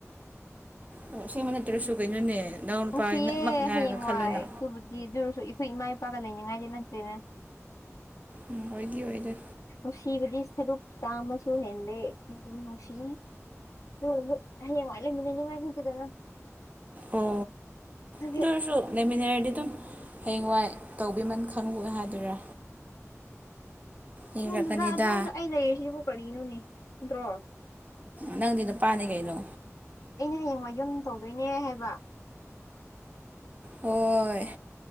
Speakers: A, on the right; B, on the left.
A: ꯑꯣ ꯑꯁꯦꯡꯕ ꯅꯠꯇ꯭ꯔꯁꯨ ꯀꯩꯅꯣꯅꯦ ꯅꯅꯥꯎ ꯅꯨꯄꯥꯃꯛ
B: ꯅꯨꯡꯁꯤꯌꯦ
A: ꯉꯥꯏꯔꯒ
B: ꯍꯌꯦꯡꯋꯥꯏ
A: ꯈꯜꯂꯣꯅ
B: ꯑꯗꯨꯕꯨꯗꯤ ꯑꯗꯨꯑꯣꯏꯔꯁꯨ ꯏꯈꯣꯏ ꯏꯃꯥ ꯏꯄꯥꯒ ꯂꯩꯅꯤꯡꯉꯥꯏꯗꯤ ꯅꯠꯇꯦꯅꯦ
A: ꯎꯝ ꯑꯣꯏꯗꯤ ꯑꯣꯏꯗꯦ
B: ꯅꯨꯡꯁꯤꯕꯗꯤ ꯁꯔꯨꯛ ꯆꯥꯝꯃꯁꯨ ꯍꯦꯟꯗꯦ ꯑꯗꯨꯝ ꯅꯨꯡꯁꯤ ꯑꯗꯨꯑꯣꯏꯁꯨ ꯍꯌꯦꯡꯋꯥꯏ ꯂꯩꯃꯤꯟꯅꯅꯤꯡꯉꯥꯏ ꯅꯠꯇꯦꯗꯅ
A: ꯑꯣ
B: ꯑꯗꯨꯗꯤ
A: ꯑꯗꯨ ꯑꯣꯏꯔꯁꯨ ꯂꯩꯃꯤꯟꯅꯔꯗꯤ ꯑꯗꯨꯝ ꯍꯌꯦꯡꯋꯥꯏ ꯇꯧꯕꯤꯃꯟ ꯈꯪꯉꯣꯏ ꯍꯥꯏꯗꯨꯔꯥ ꯌꯦꯡꯔꯛꯀꯅꯤꯗ
B: ꯌꯨꯝꯗꯨꯗ ꯑꯗꯨꯝ ꯑꯩ ꯂꯩꯔꯤꯁꯤꯕꯨ ꯀꯔꯤꯅꯣꯅꯦ ꯅꯠꯇ꯭ꯔꯣ
A: ꯅꯪꯗꯤ ꯅꯨꯄꯥꯅꯤ ꯀꯩꯅꯣ
B: ꯑꯩꯅ ꯍꯌꯦꯡꯋꯥꯢ ꯌꯨꯝ ꯇꯧꯗꯣꯏꯅꯦ ꯍꯥꯏꯕ
A: ꯍꯣꯏ